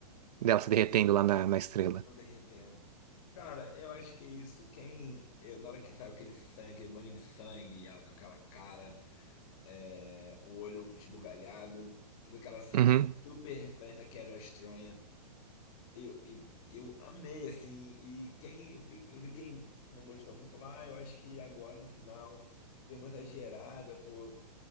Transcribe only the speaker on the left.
Tô derretendo. Cara, eu acho que é isso. Quem. eu- na hora que saiu aquele sangue, aquele banho de sangue, e ela com aquela cara, é, o olho esbugalhado, toda aquela cena
super referência que era estranha. Eu, e- eu amei, assim, e quem, eu vi, eu vi quem não gostou muito falou, ah, eu acho que agora no final deu uma exagerada, pô,